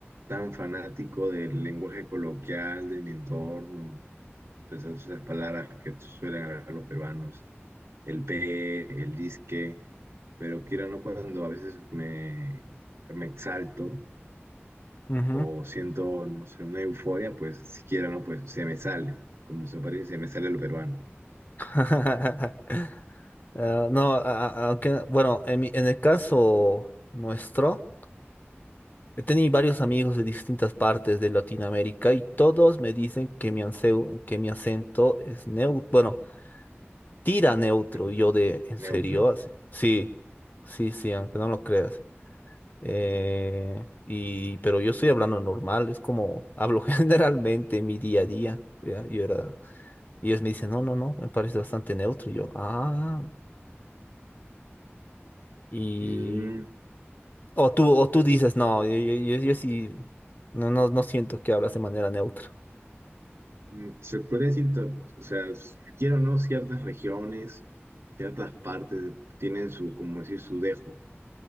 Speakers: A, on the right (about 80°); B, on the left (about 45°).
A: tan fanático del lenguaje coloquial de mi entorno, esas, esas palabras que suelen hablar los peruanos, el pe, el disque, pero quiero no cuando a veces me, me exalto
B: ujú.
A: o siento, no sé, una euforia, pues si quiero no, pues se me sale, como se parece, se me sale lo peruano.
B: <laughs> Ah, no, a- a- aunque, bueno, en mi- en el caso nuestro, he tenido varios amigos de distintas partes de Latinoamérica y todos me dicen que mi, anseu- que mi acento es neutro, Tira neutro.
A: Neutro.
B: Y yo de, ¿en
A: Neutro.
B: serio? Así, Sí, sí, sí, aunque no lo creas. Eh, y, pero yo estoy hablando normal, es como hablo <laughs> generalmente en mi día a día. ¿ya? Yo era, y ellos me dicen, no, no, no, me parece bastante neutro. Y yo, ah, y...
A: Mm,
B: O tú, o tú dices, no, yo, yo, yo, yo sí, no, no, no siento que hablas de manera neutra.
A: mm, se podría decir, ta- o sea, s- quiero o no, ciertas regiones, ciertas partes de- tienen su, como decir, su dejo,